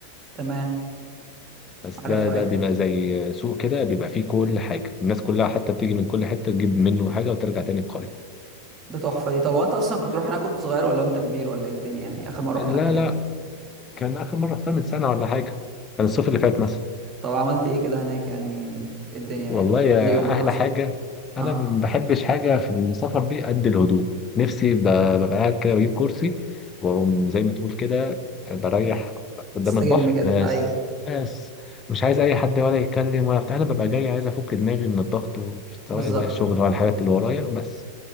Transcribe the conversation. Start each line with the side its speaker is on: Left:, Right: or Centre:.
Right: تمام
Left: بس
Right: عارفها
Left: ده ده
Right: ايوه
Left: بيبقى زي سوق كده بيبقى فيه كل حاجة الناس كلها حتى بتيجي من كل حتة تجيب منه حاجة وترجع تاني القرية
Right: ده تحفه دي طب وانت اصلا كنت بتروح هناك كنت صغير ولا وانت كبير ولا ايه الدنيا يعني اخر مره
Left: لا
Right: رحت هناك كان
Left: لا كان آخر مرة رحتها من سنة ولا حاجة كان الصيف اللي فات مثلا
Right: طب عملت ايه كده هناك يعني إيه الدنيا
Left: والله
Right: يعني احكي
Left: يا
Right: لي يومك
Left: أحلى
Right: مثلا
Left: حاجة أنا
Right: اه
Left: ما بحبش حاجة في السفر دي قد الهدوء نفسي ب- ببقى قاعد كده بجيب كرسي وأقوم زي ما تقول كده بريح قدام
Right: تستجم
Left: البحر
Right: كده
Left: بس
Right: ايوه
Left: بس مش عايز أي حد ولا يتكلم ولا بتاع أنا ببقى جاي عايز أفك دماغي من الضغط و- سواء
Right: بالظبط
Left: بقى الشغل ولا الحاجات اللي ورايا بس